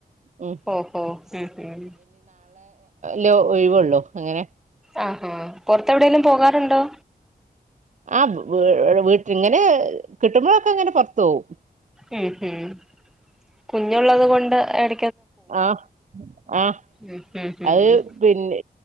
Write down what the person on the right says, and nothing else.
ഉം
ലോ ഒഴിവൊള്ളൂ അങ്ങനെ
ആ വീഴ് വീട്ട് ഇങ്ങനെ കിട്ടുമ്പോഴൊക്കെ ഇങ്ങനെ പുറത്തു പോവും
ആ ആ
അത് പിന്നെ